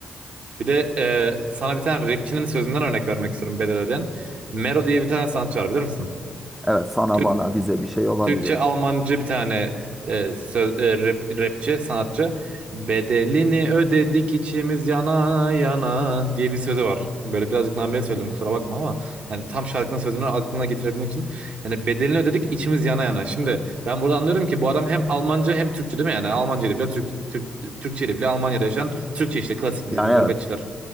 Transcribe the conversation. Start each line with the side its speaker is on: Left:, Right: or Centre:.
Right: Bir de e, sana bir tane rapçinin sözünden örnek vermek istiyorum bedel ödeyen. Mero diye bir tane sanatçı var bilir misin?
Centre: Evet, sana
Right: Tür-
Centre: bana bize bir şey olabilir.
Right: Türkçe, Almancı bir tane e, söz, e, rap- rapçi, sanatçı. Bedelini ödedik içimiz yana yana diye bir sözü var. Böyle birazcık nameye söyledim kusura bakma ama yani tam şarkının sözünü aklına getirebilmek için yani bedelini ödedik içimiz yana yana. Şimdi ben burada anlıyorum ki bu adam hem Almanca hem Türkçe değil mi yani? Almanca ile bile Türk, Türk, Türkçe ile bile Almanya'da yaşayan Türkçe işte klasik
Centre: Yani
Right: bizim
Centre: evet.
Right: gurbetçiler.